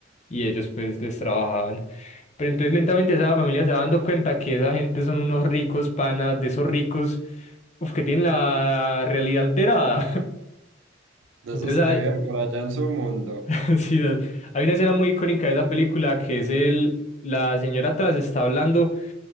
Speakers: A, on the left; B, on the right.
A: y ellos pues les trabajaban. Pero entonces lentamente esa familia se va dando cuenta que esa gente son unos ricos panas, de esos ricos, uf, que tienen la realidad alterada.
B: De
A: <laughs> Entonces
B: esos que
A: ah
B: viven por allá en su mundo.
A: <laughs> Sí, da- hay una escena muy icónica de esa película que es el, la señora atrás está hablando,